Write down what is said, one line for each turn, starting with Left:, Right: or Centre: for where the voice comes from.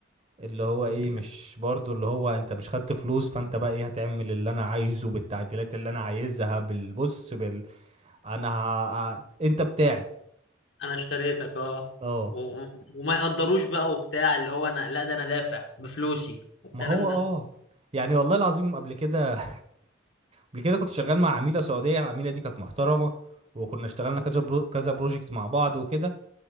Right: اللي هو
Left: مم،
Right: ايه
Left: لا،
Right: مش برضو اللي هو انت مش خدت فلوس فانت بقى ايه هتعمل اللي انا عايزه بالتعديلات اللي انا عايزها بالبص بال انا ه... ه- انت بتاعي
Left: أنا اشتريتك اه
Right: اه
Left: و- وما يقدروش بقى وبتاع اللي هو أنا لا ده أنا دافع بفلوسي والكلام
Right: ما هو
Left: ده
Right: اه يعني والله العظيم قبل كده <laughs> قبل كده كنت شغال مع عميلة سعودية العميلة دي كانت محترمة وكنا اشتغلنا كذا برو... كذا بروجكت مع بعض وكده